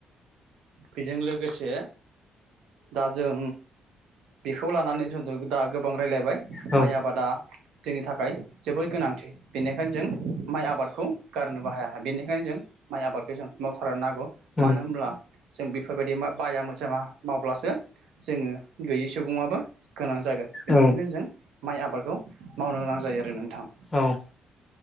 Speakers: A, on the right; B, on the left.
A: बेजों लोगोसे दा जों बेखौ लानानै जोंथ दा गोबां राय्लायबाय
B: औ
A: माइ आबादा जोंनि थाखाय जोबोर गोनां। बेनिखायनो जों माइ आबाद खौ गारनोबो हाया बेनिखायनो जों माइ आबादखौ जों मावथारनो नांगौ।
B: औ
A: मानो होनोमब्ला जों बेफोरबायदि म बाया मोजोमा मावब्लासो जोङो गैयि सुबुंङाबो गोनां जागोन। बेनि
B: औ
A: खायनो जों माइ आबादखौ मावनो गोनां जायो आरो नोंथां।
B: उम